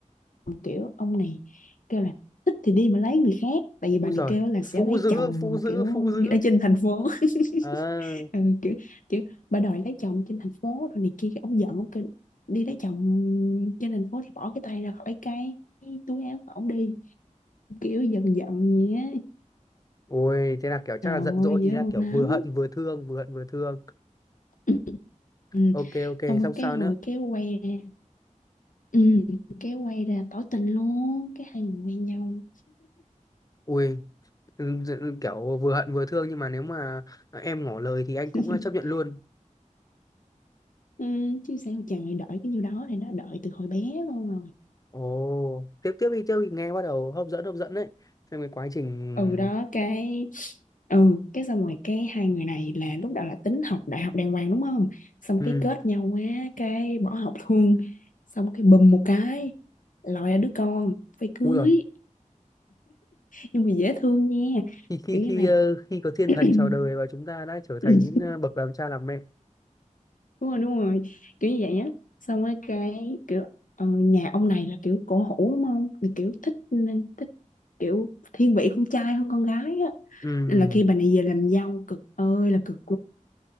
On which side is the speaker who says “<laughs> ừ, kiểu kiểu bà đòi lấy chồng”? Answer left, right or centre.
Left